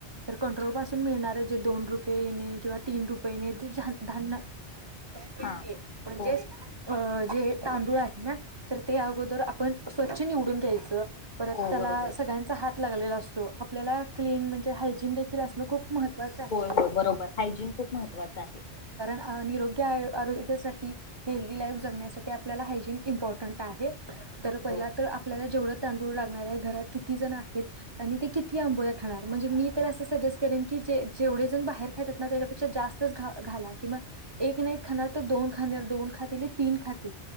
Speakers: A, on the right; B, on the left.
A: तर कंट्रोल पासून मिळणार ये, जे दोन रुपयेने किंवा तीन रुपयेने, ज धान्य <unintelligible> ध्य लागले,
B: हा
A: म्हणजेच
B: हो
A: अ ते, तांदुळ आहे ना, तर ते अगोदर आपन स्वच्छ निवडून घ्यायचं, परत
B: हो
A: त्याला
B: बरोबर.
A: अस त्यांचा हात लागलेला असतो, आपल्याला क्लीन, म्हनजे हायजिन देखील असणं, खूप महत्त्वाचं आहे
B: होय होय बरोबर, हायजीन खूप महत्वाचं, आहे.
A: हां, निरोगी आय-आरोग्यासाठी, हेल्दी लाईफ जगण्यासाठी, आपल्याला हायजीन इम्पॉर्टंट त आहे, तर पहिला,
B: हो
A: तर आपल्याला जेवढं तांदूळ लागणार य, घरात किती जण आहेत? आणि ते किती आंबोळ्या खाणार, म्हणजे मी तर अस सजेस्ट करेन की, ज-जेवढे जण बाहेर खातात ना, त्याच्यापेक्षा जास्तच घ-घाला, किंवा एक नही खाणार, तर दोन खानार, दोन खाती, ते तीन खाती,